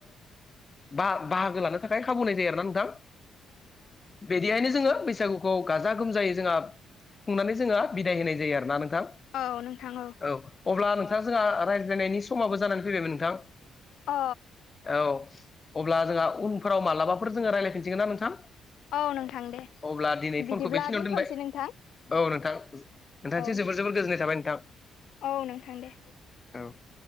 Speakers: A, on the left (about 30°); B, on the left (about 75°).
A: बाहागो लानो थाखाय खाबु होनाय जायो आरोना नोंथां। बिदिहायनो जोङो बैसागु गाजा गोमजायै जोंहा बुंनानै जोङो बिदाय होनाय जायो आरोना नोंथां।
B: औ नोंथां औ।
A: औ अब्ला नोंथाङा जोंहा रायज्लायनायनि समाबो जानानै फैबायमोन नोंथां।
B: अ।
A: औ अब्ला जोंहा उनफोराव मालाबाफोर जोङो रायज्लायफिनसिगोन ना नोंथां।
B: औ नोंथां दे
A: अब्ला दिनै
B: बिदिब्ला
A: फनखौ बेखिनिाव
B: दोनथ'नोसै
A: दोनबाय
B: नोंथां
A: औ नोंथां। नोंथां
B: औ
A: जोर
B: दे
A: जोबोर गोजोननाय थाबाय नोंथां।
B: औ नोंथां दे।
A: औ।